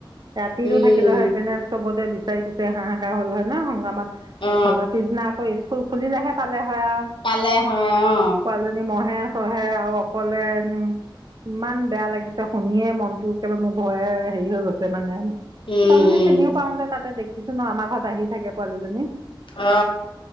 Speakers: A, on the right; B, on the left.
A: ৰাতিটো
B: উম
A: থাকিলে হয় ইপিনে চবতে বিচাৰি বিচ হাঁহাকাৰ হ'ল হয় ন সংগ্ৰামা
B: অ
A: হ'ল হয় পিছদিনা আকৌ স্কুল খুলিলেহে পালে হয় আৰু।
B: পালে হয় অ
A: পোৱালজনীক মহে-চহে আৰু অকলে উম। ইমান বেয়া লাগিছে শুনিয়ে মনটো একেবাৰে মোৰ ভয়ে হেৰি হৈ গৈছে মানে।
B: উম
A: ছোৱালীজনী
B: উম
A: চিনিও পাওঁ যে তাতে দেখিছোঁ ন আমাৰ ঘৰত আহি থাকে পোৱালীজনী।
B: অ